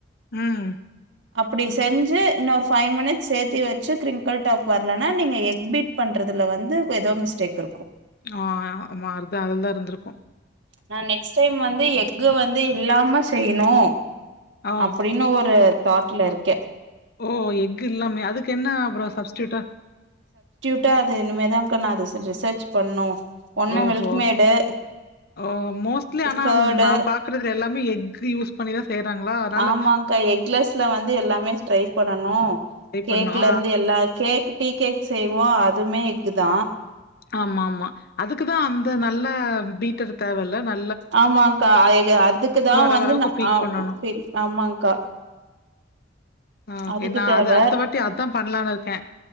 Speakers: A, on the left; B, on the right.
A: ம்
B: அப்படி செஞ்சு இன்னோரு ஃபை மினிட்ஸ் சேத்தி வெச்சு க்ரிங்கிள் டாப் வர்லனா நீங்க எக் பிட் பண்றதுல வந்து ஏதோ மிஸ்டேக் இருக்கு
A: ஆஹ் ஆமா அதா அதுல இருந்திருக்கு
B: நா நெக்ஸ்ட் டைம் வந்து எக் வந்து இல்லாம செய்யணு
A: ஆ.
B: அப்படினு ஒரு தாட்ல இருக்கே
A: ஓ எக்கு இல்லாமே அதுக்கு என்ன அப்புறொ சப்ஸ்டூய்ட்டா
B: ட்ட அது இனிமேதாக்கா நா ரிச ரிசர்ச் பண்ணு ஒன்னு
A: ஓஹோ
B: மில்க் மேடு
A: ஓ மோஸ்ட்லி ஆனா
B: கேர்டு
A: நா பாக்குறதுல எல்லாமே எக்‌ யூஸ் <unintelligible> அதனால
B: ஆமாக்கா எக்லஸ்ல வந்து எல்லாமே ட்ரை பண்ணனு
A: ட்ரை
B: கேக்ல
A: பண்ணோம்.
B: இருந்து எல்லா கேக் டீ கேக் செய்வோ அதுமே க்குதா
A: ஆமா ஆமா அதுக்குதா அந்த நல்ல பீட்டர் தேவல் இல்ல நா
B: ஆமாங்க்கா அ எ அதுக்குதா
A: வர
B: வந்து
A: அளவுக்கு பீக்
B: அ
A: பண்ணணும்.
B: ஓ சரி ஆமாக்ங்கா
A: ஆ ஓகே.
B: அதுக்கு
A: நான்
B: தேவ
A: அது அடுத்த வாட்டி அதான் பண்ணலான்னு இருக்கேன்.